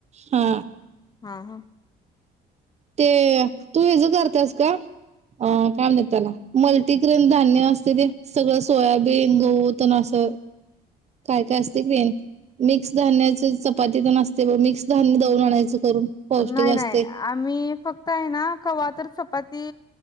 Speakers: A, on the right; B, on the left.
A: हा
B: हम् हम्.
A: ते तू हेज करत्यास का? अ काय म्हणत्यात त्याला मल्टीग्रेन धान्य असतय ते सगळं सोयाबीन गहू तेन असं. <inaudible> काय काय असतय की ते मिक्स धान्याची चपाती तन असत्या बग मिक्स धान्य दळुन आणायचं करून पौष्टिक
B: नाही नाही
A: असते.
B: आम्ही फक्त हाय ना कवा तर चप पाती